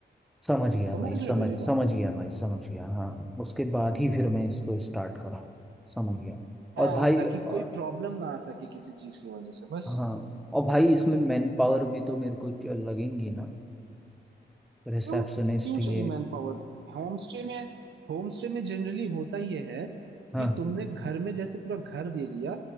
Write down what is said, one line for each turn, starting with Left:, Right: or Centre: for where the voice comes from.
Centre: समझ गया
Right: समझ
Centre: भाई समझ
Right: रहे हो मेरी बात
Centre: समझ गया भाई समझ गया हाँ उसके बाद ही फिर मैं इसको स्टार्ट करा समझ गया
Right: हाँ
Centre: और भाई
Right: ताकि
Centre: अ,
Right: कोई प्रॉब्लम ना आ सके किसी चीज की वजह से बस
Centre: हाँ और भाई इसमें मैन पावर भी तो मेरे को च- लगेंगी ना रिसेप्शनिस्ट
Right: क्यों क्यों
Centre: ये
Right: चाहिए मैन पावर होम स्टे में होम स्टे में जनरली होता यह है
Centre: हाँ
Right: कि तुमने घर में जैसे पूरा घर दे दिया